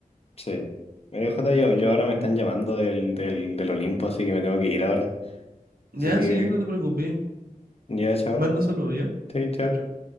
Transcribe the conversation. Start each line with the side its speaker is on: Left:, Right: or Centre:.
Left: Sí. Eh, Jota, yo, yo ahora me están llamando del, del, del Olimpo, así que me tengo que ir ahora.
Right: Ya,
Left: Así que
Right: sí, no te preocupes.
Left: ya, chao.
Right: Mándaselo ya.
Left: Sí, chao.
Right: Chao, chao.